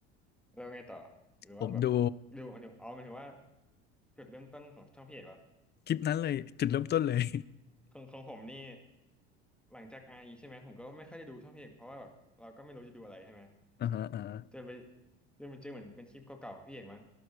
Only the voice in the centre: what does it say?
แล้วไงต่อหรือว่าแบบ
ดูหมายถึงอ๋อหมายถึงว่าจุดเริ่มต้นของช่องพี่เอกเหรอ
ของของผมนี่หลังจากไอใช่ไหมผมก็ไม่ค่อยได้ดูช่องพี่เอกเพราะว่าแบบเราก็ไม่รู้จะดูอะไรใช่ไหม
จนไปจนไปเจอเหมือนเป็นคลิปเก่าๆของพี่เอกมั้ง